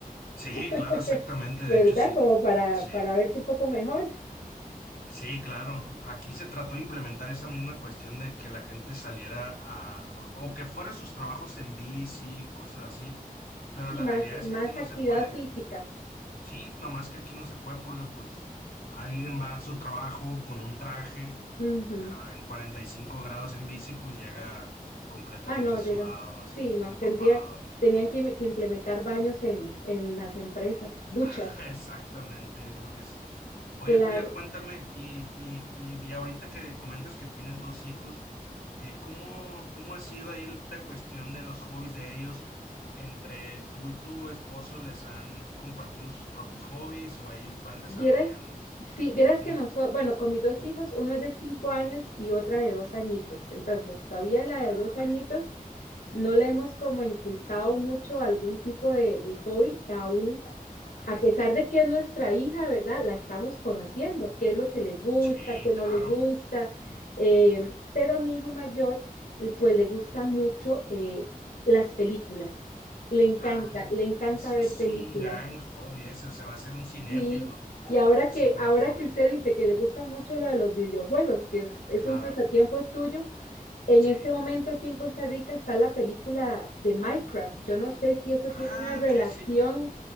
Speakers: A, on the left (about 85°); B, on the left (about 70°).
A: Sí,
B: <laughs>
A: claro, exactamente, de
B: ¿verdad?
A: hecho sí.
B: Como para,
A: Sí,
B: para verse un poco mejor.
A: sí, claro. Aquí se trató de implementar esa misma cuestión de que la gente saliera a, o que fuera a sus trabajos en bici, cosas así pero
B: Sí,
A: la
B: más,
A: realidad es
B: más
A: que aquí no
B: actividad
A: se puede.
B: física.
A: Sí, nomás que aquí no se puede porque pues alguien va a su trabajo con un traje
B: Ujú.
A: ah, en 45 grados en bici, pues llega completamente
B: Ah, no,
A: sudado,
B: llegan.
A: así,
B: Sí, no,
A: empapado,
B: tendrían,
A: ¿no?
B: tenían que, que implementar baños en, en las empresas, duchas.
A: <laughs> Exactamente, yo creo que sí. Oye,
B: Claro.
A: Pilar, cuéntame, y, y, y ya ahorita que comentas que tienes dos hijos, eh, ¿cómo, cómo ha sido ahí la cuestión de los hobbies de ellos? ¿Entre tú y tu esposo les han compartido sus propios hobbies o ellos van desarrollándose?
B: Vieras, sí, vieras
A: ¿Cómo
B: que nosotros,
A: fue?
B: bueno, con mis dos hijos, uno es de cinco años y otra de dos añitos. Entonces, todavía la
A: Ah,
B: de dos
A: ok,
B: añitos no le hemos como inculcado mucho algún tipo de, de hobby, aún
A: ok.
B: a pesar de que es nuestra hija, ¿verdad? La estamos conociendo, qué es lo que le gusta,
A: Sí,
B: qué no
A: claro.
B: le gusta. Eh, pero a mi hijo mayor, pues le gusta mucho eh, las películas. Le encanta,
A: Ah,
B: le encanta
A: ese
B: ver
A: es
B: películas.
A: un gran hobby, ese, o sea, va a ser un cinéfilo.
B: Sí. Y ahora
A: Es
B: que,
A: un gran
B: ahora
A: hobby,
B: que usted dice que le gusta mucho lo de los videojuegos, que es, es
A: claro,
B: un pasatiempo tuyo, en
A: sí.
B: este momento aquí en Costa Rica está la película de Minecraft. Yo no sé si eso
A: Ah,
B: tiene una relación
A: ok, sí.